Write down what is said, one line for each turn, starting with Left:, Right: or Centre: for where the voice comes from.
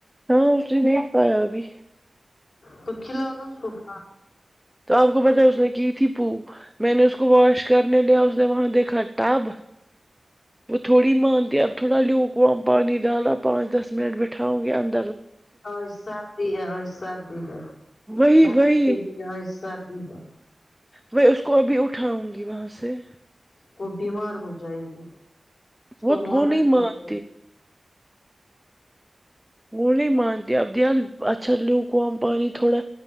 Centre: ہاں اس نہیں پیابی
Left: تو کھیلاؤ نہ اس کو <unintelligible>
Centre: تو آپ کو پتا ہے اس نے کی تھی پو میں نے اس کو واش کرنے لیا اس نے وہاں دیکھا ٹب وہ تھوڑی مانتے اپ تھوڑا لوگ کوم پانی ڈالا پانچ دس منٹ بیٹھاؤں گی ان
Left: اور سردی ہے اور سردی ہے
Centre: وہی
Left: بقی
Centre: وہی
Left: کے لیے سردی ہے
Centre: میں اس کو ابھی اٹھاؤں گی وہاں سے
Left: وہ بیمار ہو جائے گی اس کو
Centre: وہ
Left: وامٹ
Centre: وہ نہیں
Left: ہو
Centre: مانتی
Left: جائے گی
Centre: وہ نہیں مانتی اپدل اچھا لو کوم پانی تھوڑا